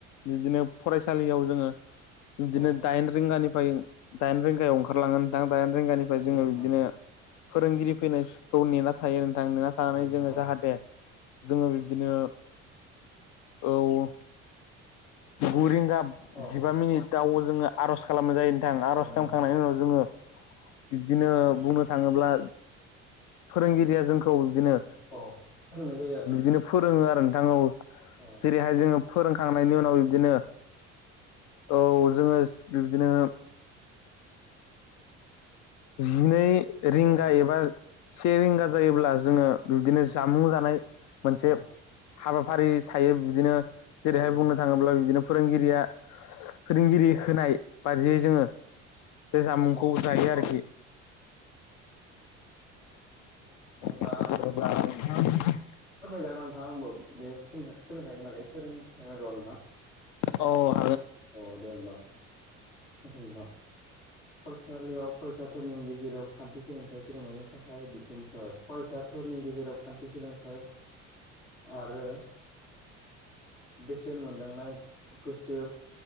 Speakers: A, on the left; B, on the left.
A: बिदिनो फरायसालियाव जोङो बिदिनो
B: औ
A: दाइन रिंगानिफ्राय दाइन रिंगायाव ओंखारलाङो नोंथां गानिफ्राय
B: औ
A: जोङो
B: नंगौ
A: बिदिनो फोरोंगिरि फैनायखौ नेना थायो नों- थां नेना थानानै
B: नोंथां
A: जोङो
B: औ नंगौ नोंथां औ
A: जाहाथे जोङो बिब्दिनो औ गु रिंगा
B: औ
A: जिबा मिनिटाव जोङो आर'ज खालामनाय जायो नोंथां आर'ज
B: औ नंगौ
A: खालामखांनायनि
B: नोंथां
A: उनाव जोङो बिदिनो बुंनो थाङोब्ला फोरोंगिरिया जों खौ बिदिनो
B: फोरों औ फोरोंनाय जायो आरो नोंथां
A: बिदिनो फोरोङो आरो नोंथां औ
B: औ
A: जेरैहाय जोङो फोरोंखांनायनि उनाव बिदिनो औ जोङो बिब्दिनो जिनै रिंगा
B: औ
A: एबा से रिंगा जायोब्ला जोङो बिदिनो जामुं जानाय मोनसे
B: औ
A: हाबाफारि थायो बिदिनो जेरैहाय
B: औ नंगौ
A: बुंनो
B: नोंथां
A: थाङोब्ला बिदिनो फोरोंगिरिया फोरोंगिरि
B: औ
A: होनाय बादियै जोङो बे जामुंखौ
B: औ
A: जायो आरोखि
B: दे अब्ला
A: <unintelligible>
B: जागोनना नोंथां होमबा बे सोलोंथनि बागै बै सोलोंथाइयाव
A: अ
B: औ दे होमबा <unintelligible> फरायसालियाव फरायसाफोरनि गेजेराव खान्थि सोलोंथाइ सोलोंनायनि थाखाय बिथोनफोर फरायसाफोरनि गेजेराव खान्थि सोलोंथाइ आरो बेसेन मोनदांनाय गोसो